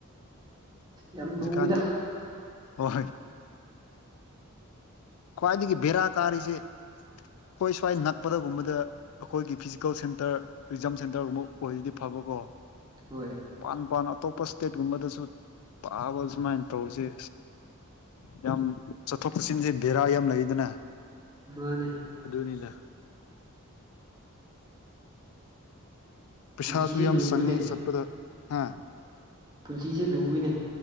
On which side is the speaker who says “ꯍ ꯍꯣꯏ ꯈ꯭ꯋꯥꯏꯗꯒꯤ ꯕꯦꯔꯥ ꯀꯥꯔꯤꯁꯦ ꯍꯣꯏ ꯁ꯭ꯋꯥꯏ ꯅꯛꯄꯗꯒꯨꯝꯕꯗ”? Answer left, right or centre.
Left